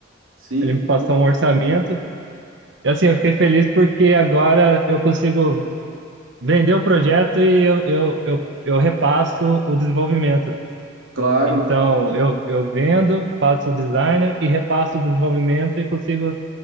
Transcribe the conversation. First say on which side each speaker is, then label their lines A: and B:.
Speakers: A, on the right; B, on the right.
A: Sim,
B: Ele me passou
A: pô,
B: um orçamento E assim, eu fiquei feliz porque agora eu consigo vender o projeto e eu, eu, eu, eu repasso o desenvolvimento.
A: claro.
B: Então,
A: Sim,
B: eu, eu vendo, faço o designer e repasso o desenvolvimento e consigo